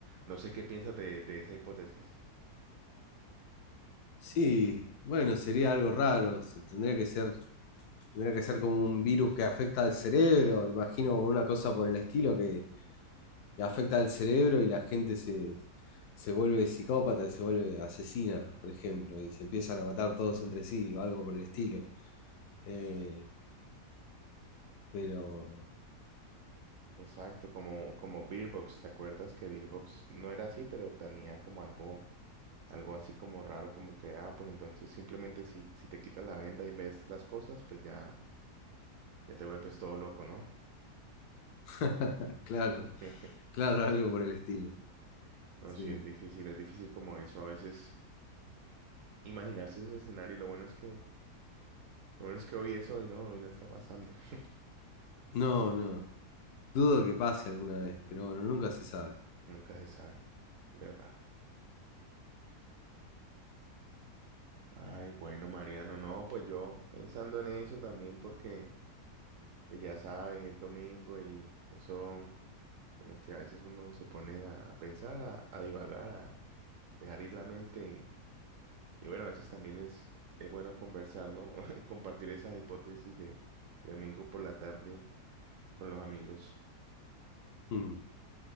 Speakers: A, on the right (about 65°); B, on the left (about 75°).
A: No sé qué piensas de, de esa hipótesis.
B: Sí, bueno, sería algo raro, se- tendría que ser, tendría que ser como un virus que afecta al cerebro, imagino una cosa por el estilo que, que afecta al cerebro y la gente se, se vuelve psicópata, se vuelve asesina, por ejemplo, y se empiezan a matar todos entre sí o algo por el estilo. Eh, pero...
A: Exacto, como, como Beerbox, ¿te acuerdas que Beerbox no era así, pero tenía como algo, algo así como raro, como que, ah, pues entonces simplemente si, si te quitas la venda y ves las cosas, pues ya, ya te vuelves todo loco, ¿no?
B: <laughs> Claro,
A: <laughs>
B: claro, algo por el estilo.
A: No,
B: Sí.
A: sí, es difícil, es difícil como eso, a veces imaginarse ese escenario, lo bueno es que, lo bueno es que hoy es hoy, ¿no? Hoy no está pasando. <laughs>
B: No, no. Dudo que pase alguna vez, pero bueno, nunca se sabe.
A: Nunca se sabe, ¿verdad? Ay, bueno, Mariano, no, pues yo pensando en eso también porque pues ya sabes, es domingo y eso como que a veces uno se pone a, a pensar, a, a divagar, a dejar ir la mente y, y bueno, a veces también es, es bueno conversar, ¿no? <laughs> Compartir esas hipótesis de, de domingo por la tarde con los amigos.
B: Mm.